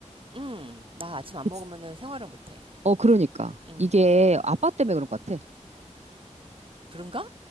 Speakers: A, on the right; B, on the right.
A: 음. 나 아침 안
B: 그치?
A: 먹으면은 생활을 못 해.
B: 어, 그러니까.
A: 음.
B: 이게 아빠 때문에 그런 것 같아.
A: 그런가?